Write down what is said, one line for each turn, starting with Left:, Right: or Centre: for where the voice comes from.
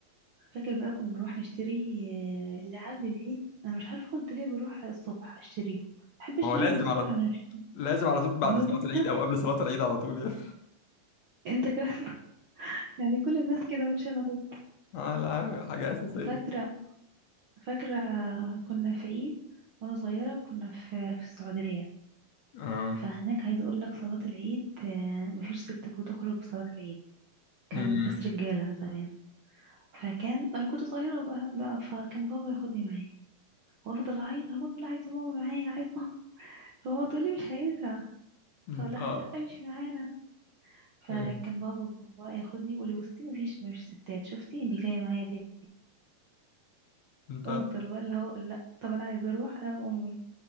Right: فاكر بقى كنا نروح نشتري آه، لعاب للعيد انا مش عارفه كنت ليه بروح الصبح اشتريهم بحب اشتريهم
Left: ما هو لازم
Right: الصبح
Left: على
Right: انا مش... <laughs>
Left: لازم على طول بعد
Right: برضه
Left: صلاة
Right: انت
Left: العيد أو قبل صلاة العيد على طول يعني
Right: انت كمان <laughs> يعني كل الناس كده مش انا بس
Left: <laughs> اه لا حاجة أساسية
Right: فاكره فاكره كنا في عيد وانا صغيره كنا في في السعوديه
Left: اه
Right: فهناك عايزه اقول لك صلاه العيد آه، مفيش ستات بتخرج في صلاه العيد كان
Left: أمم.
Right: بس رجاله زمان فكان انا كنت صغيره بقى, بقى فكان بابا ياخدني معاه وافضل اعيط اقول له عايزه ماما معايا عايزه هو تقول لي مش هينفع
Left: انت
Right: اقول لها
Left: اه
Right: لا امشي معانا فكان
Left: أمم.
Right: بابا بقى ياخدني يقول لي بصي مفيش مفيش ستات شفتي انت جايه معايا ليه
Left: انت
Right: افضل بقى اللي هو لا طب انا عايزه اروح انا وامي